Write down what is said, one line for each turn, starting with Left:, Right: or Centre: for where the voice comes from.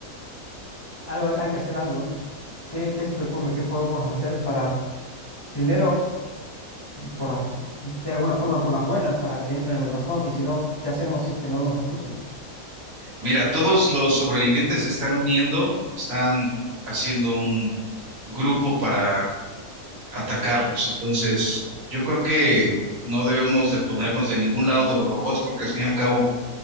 Left: Algo, hay hay que hacer algo. ¿Qué, qué se te ocurre? ¿Qué podemos hacer para, primero, por las, de alguna forma por las buenas, para que entren en razón, y si no, ¿qué hacemos si es que no nos escuchan?
Right: Mira, todos los sobrevivientes se están uniendo, están haciendo un grupo para atacarlos. Entonces, yo creo que no debemos de ponernos de ningún lado de los robots porque al fin y al cabo